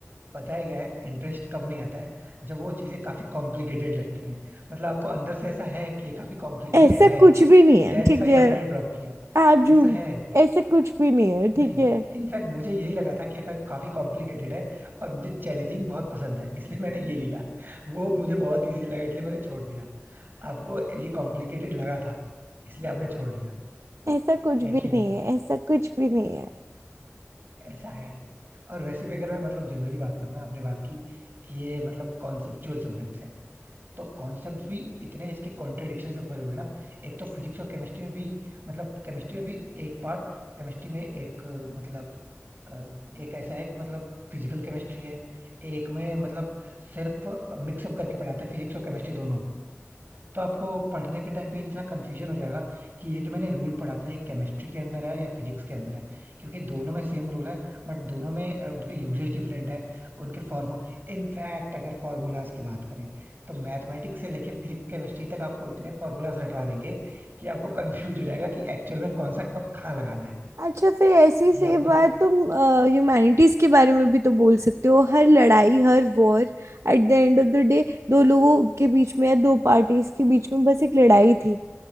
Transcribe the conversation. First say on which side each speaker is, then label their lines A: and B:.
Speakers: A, on the right; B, on the right.
A: पता है क्या है इंटरेस्ट कब नहीं आता है जब वो चीजें काफी कॉम्प्लिकेटेड लगती हैं मतलब आपको अंदर से ऐसा है कि ये काफी कॉम्प्लिकेटेड
B: ऐसा
A: है
B: कुछ भी नहीं है
A: दैट्स
B: ठीक
A: व्हाई
B: है
A: आपने ड्रॉप किया
B: आप झूठ
A: ऐसा है
B: ऐसा कुछ भी नहीं है ठीक
A: नहीं
B: है
A: इनफैक्ट मुझे यही लगा था कि ये का- काफी कॉम्प्लिकेटेड है और मुझे चैलेंजिंग बहुत पसंद है इसलिए मैंने ये लिया वो मुझे बहुत इजी लगा इसलिए मैंने छोड़ दिया आपको ये कॉम्प्लिकेटेड लगा था इसलिए आपने छोड़ दिया
B: ऐसा कुछ
A: है
B: भी
A: कि नहीं
B: नहीं है ऐसा कुछ भी नहीं है
A: ऐसा है और वैसे भी अगर मैं मतलब जनरली बात करूँ ना आपने बात की कि ये मतलब कॉन्सेप्चुअल सब्जेक्ट्स है तो कॉन्सेप्ट्स भी इतने इसके कॉन्ट्रडिक्शन से भरे हुए हैं ना एक तो फिजिक्स और केमिस्ट्री में भी मतलब केमिस्ट्री में भी एक पार्ट केमिस्ट्री में एक अ, मतलब अ, एक ऐसा है कि मतलब फिजिकल केमिस्ट्री है एक में मतलब सिर्फ मिक्सअप करके पढ़ाते हैं फिजिक्स और केमिस्ट्री दोनों तो आपको पढ़ने के टाइम पे इतना कंफ्यूजन हो जाएगा कि ये जो मैंने रूल पढ़ा था ये केमिस्ट्री के अंदर है या फिजिक्स के अंदर है क्योंकि दोनों में सेम रूल है बट दोनों में अ, उनका यूजेज डिफरेंट है उनके फॉर्मूल इनफैक्ट अगर फॉर्मूलाज की बात करें तो मैथमेटिक्स से लेके फिजिक्स केमिस्ट्री तक आपको इतने फॉर्मूलाज रटवा देंगे कि आपको कंफ्यूज हो जाएगा कि एक्चुअल में कौन सा कब कहाँ लगाना है
B: अच्छा फिर ऐसी
A: ये
B: से
A: आपको
B: बात तुम ह्यूमैनिटीज के बारे में भी तो बोल सकते हो हर लड़ाई हर war at the end of the day दो लोगों के बीच में या दो पार्टीज के बीच में बस एक लड़ाई थी